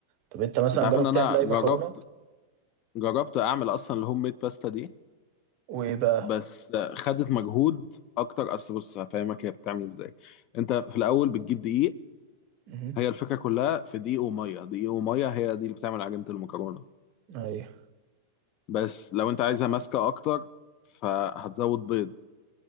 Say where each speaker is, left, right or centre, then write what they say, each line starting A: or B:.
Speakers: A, on the right (about 40°); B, on the left (about 40°).
A: طب انت مثلا
B: انت عارف
A: جربت
B: ان انا
A: تعمل اي
B: جربت
A: مكرونه
B: جربت اعمل اصلا الهوم ميد باستا دي
A: وايه بقى
B: بس خدت مجهود اكتر اصل بص هفهمك هي بتعمل ازاي انت في الاول بتجيب دقيق
A: امم
B: هي الفكرة كلها في دقيق ومية دقيق ومية هي دي اللي بتعمل عجينة المكرونة
A: ايوه
B: بس لو انت عايزها ماسكة اكتر فهتزود بيض